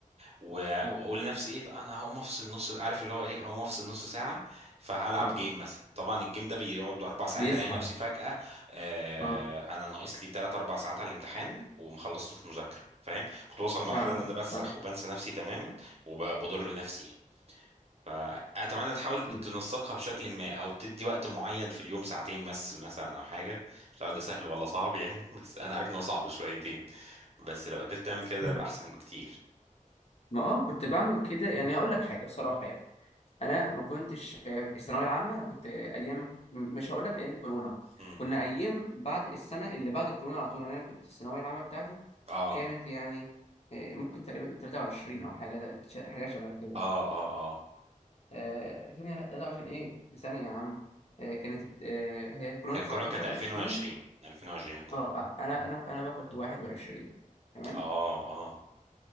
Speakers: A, on the right; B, on the left.
A: و- واقول
B: اه
A: لنفسي ايه انا هقوم افصل نص عارف اللي هو ايه هقوم افصل نص ساعه فهلعب
B: اه.
A: جيم مثلا طبعا الجيم ده بيقعد اربع ساعات
B: بيسحب
A: الاقي نفسي فجاه آه
B: اه
A: انا ناقص لي ثلاث اربع ساعات على الامتحان ومخلصتش مذاكره فاهم كنت بوصل لمرحله
B: فعلا
A: ان انا بسرح
B: فاهم
A: وبنسى نفسي تماما وبضر نفسي يعني فاتمنى تحاول تنسقها
B: مم.
A: بشكل ما او تدي وقت معين في اليوم ساعتين بس مثلا او حاجه مش عارف ده سهل ولا صعب يعني <laughs> بس انا عارف ان هو صعب شويتين بس لو قدرت تعمل كده
B: <laughs>
A: ده يبقى احسن بكتير
B: ما اه كنت بعمل كده يعني هقول لك حاجه بصراحه يعني انا ما كنتش آه، الثانويه العامه انا كنت آه، ايام مش هقول لك ايام كورونا
A: مم.
B: كنا ايام بعد السنه اللي بعد كورونا على طول يعني انا كنت الثانويه العامه بتاعتي
A: اه
B: كانت يعني آه، ممكن تقريبا 23 او حاجه حاجه شبه كده
A: اه اه اه
B: آه ثانية لا ده, ده عشان ايه ثانية يا عم آه كانت الت- آه هي كورونا
A: الكورونا
B: 19
A: كانت 2020
B: 20
A: 2020 الكورونا
B: اه آه، انا انا انا بقى كنت 21 تمام
A: اه اه